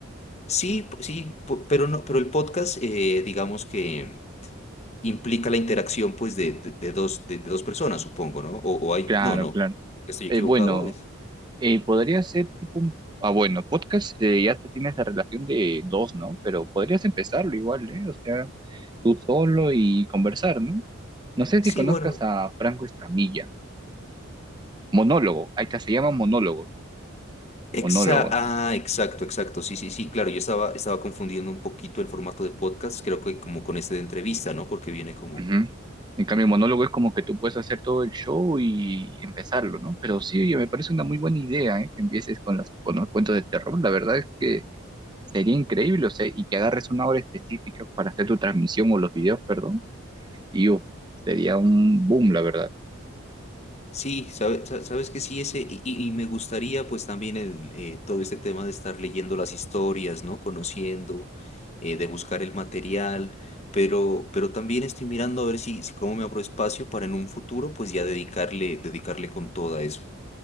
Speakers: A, on the left; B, on the right.
A: Sí, p- sí, p- pero no, pero el podcast, eh, digamos que implica la interacción, pues, de, de, de dos, de, de dos personas, supongo, ¿no? O, o hay,
B: Claro,
A: no, no,
B: claro.
A: estoy equivocado.
B: Eh, bueno.
A: es-
B: Eh, podría ser tipo un... Ah, bueno, podcast eh, ya te tiene esa relación de dos, ¿no? Pero podrías empezarlo igual, ¿eh? O sea, tú solo y conversar, ¿no? No sé
A: Sí,
B: si conozcas
A: bueno.
B: a Franco Escamilla. Monólogo, ahí está, se llama monólogos.
A: Exa-
B: Monólogos.
A: ah, exacto, exacto. Sí, sí, sí, claro. Yo estaba, estaba confundiendo un poquito el formato de podcast, creo que como con este de entrevista, ¿no? Porque viene como...
B: Ujú. En cambio, monólogo es como que tú puedes hacer todo el show y empezarlo, ¿no? Pero sí, oye, me parece una muy buena idea, ¿eh? Que empieces con las, con los cuentos de terror. La verdad es que sería increíble, o sea, y que agarres una hora específica para hacer tu transmisión o los videos, perdón Y uf, sería un boom, la verdad.
A: Sí, sabe- sa- sabes que sí, ese, y, y- y me gustaría pues también el, eh, todo este tema de estar leyendo las historias, ¿no? Conociendo, eh, de buscar el material, pero, pero también estoy mirando a ver si, si cómo me abro espacio para en un futuro pues ya dedicarle, dedicarle con todo a eso.